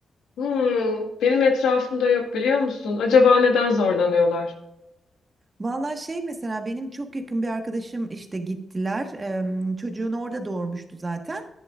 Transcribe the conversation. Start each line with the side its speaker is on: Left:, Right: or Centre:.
Left: Hmm, benim etrafımda yok biliyor musun? Acaba neden zorlanıyorlar?
Right: Vallahi şey mesela benim çok yakın bir arkadaşım işte gittiler. Em, çocuğunu orada doğurmuştu zaten.